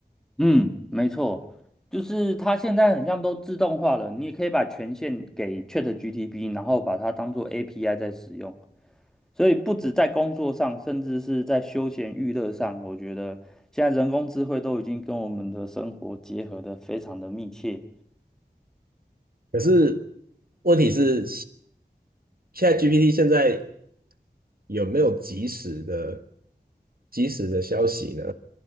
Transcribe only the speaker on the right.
可是问题是，ChatGPT 现在有没有及时的及时的消息呢？